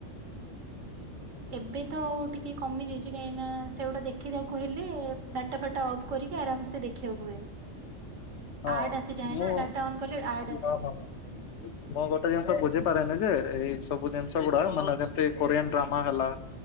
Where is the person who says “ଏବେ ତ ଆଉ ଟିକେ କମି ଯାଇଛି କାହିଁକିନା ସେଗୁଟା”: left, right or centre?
Right